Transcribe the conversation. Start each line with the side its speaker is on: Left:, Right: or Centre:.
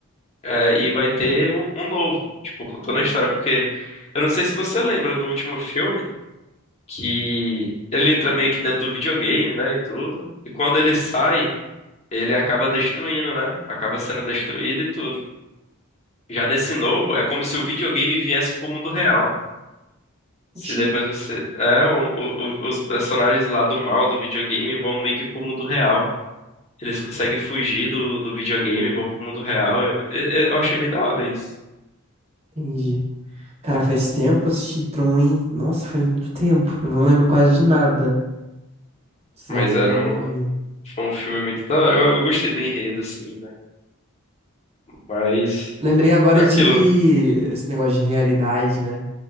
Left: é, e vai ter um, um novo, tipo, contando a história, porque eu não sei se você lembra no último filme que ele entra meio que dentro do videogame, né, e tudo, e quando ele sai. Ele acaba destruindo, né? Acaba sendo destruído e tudo. Já nesse novo, é como se o videogame viesse pro mundo real.
Right: Oxi,
Left: Se depois você. É, o- o- os personagens lá do mal do videogame vão meio que pro mundo real. Eles conseguem fugir do, do videogame, vão pro mundo real. Eu, eu, eu achei bem da hora isso.
Right: entendi. Cara, faz tempo que eu assisti Tron, hein? Nossa, faz muito tempo. Eu não lembro quase de nada. Precisava
Left: Mas
Right: dar
Left: era
Right: uma olhadinha.
Left: um. Foi um filme muito da hora. Eu, eu gostei do enredo, assim, né? Mas.
Right: Lembrei agora
Left: É aquilo.
Right: de esse negócio de realidade, né?